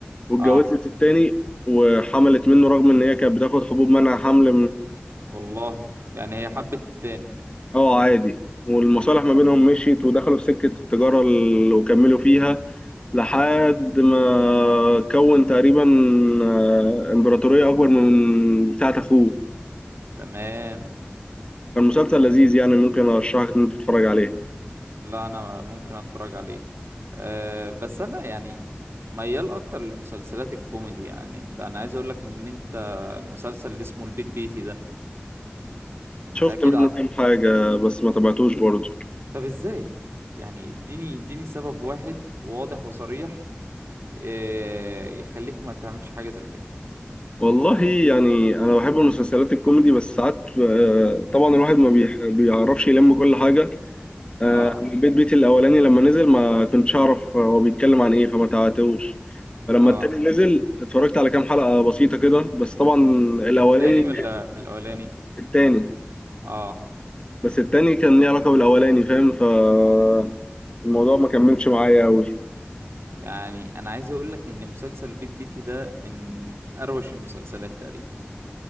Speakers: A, on the left; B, on the right.
A: واتجوزت
B: اه
A: التاني وحملت منه رغم ان هي كانت بتاخد حبوب منع حمل
B: والله يعني هي حبت التاني
A: اه عادي والمصالح ما بينهم مشيت ودخلوا في سكة التجارة ال- وكملوا فيها لحد ما كون تقريبا آه، إمبراطورية أكبر من بتاعة أخوه
B: تمام
A: كان مسلسل لذيذ يعني ممكن أرشحك إن أنت تتفرج عليه
B: لا انا ممكن اتفرج عليه أه بس انا يعني ميال اكتر للمسلسلات الكوميدي يعني انت انا عايز اقول لك ان انت المسلسل اللي اسمه البيت بيتي ده انت
A: شفت
B: اكيد
A: منه
B: عارفه
A: كام حاجة بس ما تابعتوش برضه
B: طب ازاي يعني اديني اديني سبب واحد واضح وصريح أه يخليك ما تعملش حاجة زي كده
A: والله يعني أنا بحب المسلسلات الكوميدي بس ساعات آه، طبعا الواحد ما بيح- بيعرفش يلم كل حاجة آه،
B: اه
A: البيت بيتي الاولاني لما نزل ما كنتش اعرف هو بيتكلم عن ايه فما تعاتوش فلما
B: اه
A: التاني نزل اتفرجت على كام حلقة بسيطة كده بس طبعا الاولاني
B: في التاني ولا في الاولاني
A: التاني
B: اه
A: بس التاني كان ليه علاقة بالاولاني فاهم فالموضوع ما كملش معايا قوي
B: يعني انا عايز اقول لك ان مسلسل البيت بيتي ده من اروش المسلسلات تقريبا